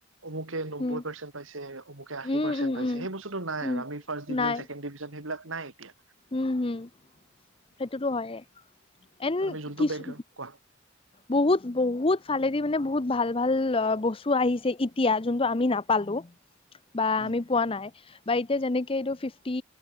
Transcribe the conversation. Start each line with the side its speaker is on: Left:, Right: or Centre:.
Right: অমুকে নব্বৈ
Left: হম
Right: পাৰ্চেন্ট পাইছিল। যে অমুকে আশী
Left: উম
Right: পাৰ্চেট
Left: উম
Right: পাইছে,
Left: উম
Right: সেই বস্তুটো নাই
Left: উম
Right: আৰু আমি ফাৰ্ষ্ট ডিভিজন,
Left: নাই
Right: ছেকেণ্ড ডিভিজন, সেইবিলাক নাই এতিয়া।
Left: উম' উম' সেইটোতো হয়েই, এণ্ড
Right: তাৰ আমি যোনটো
Left: কিছু
Right: বেকগ্ৰাউণ্ড কোৱা
Left: বহুত, বহুত ফালেদি মানে, বহুত ভাল, ভাল বস্তু আহিছে, এতিয়া যোনটো আমি নাপালোঁ। বা
Right: উম।
Left: আমি পোৱা নাই। বা এতিয়া যেনেকে, এইটো ফিফটি